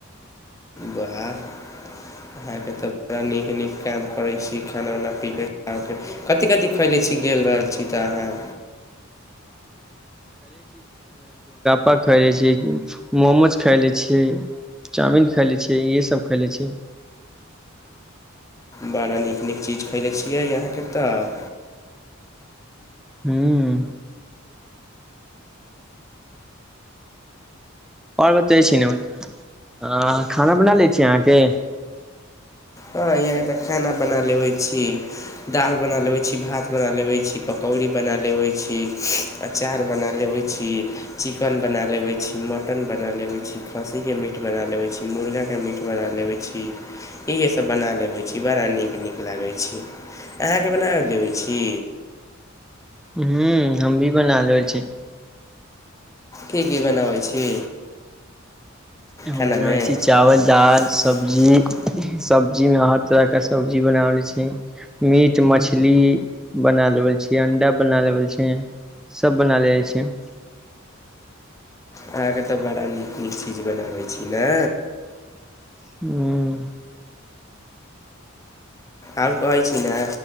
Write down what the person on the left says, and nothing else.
वाह अहाँ के तऽ बड़ा नीक-नीक काम करै छी, खाना-उना पीबै खा के, कथि-कथि खएले छी गेल रहल छी ते अहाँ।
बड़ा नीक-नीक चीज खेएले छियै इहाँ के तऽ।
हाँ यहाँ ते खाना बना लेबे छी, दाल बना लेबे छी, भात बना लेबे छी, पकौड़ी बना लेबे छी, अचार बना लेबे छी, चिकन बना लेबे छी, मटन बना लेबे छी, खस्सी के मीट बना लेबे छी, मुर्गा के मीट बना लेबै छी, इहे सब बना लेबै छी, बड़ा नीक-नीक लागै छी। अहाँके बना लेबै छी
की-की बनाबै छी।
खानामे
अहाँके
अहाँ के ते बड़ा नीक-नीक चीज बनाबै छी नै।
और कहै छी ने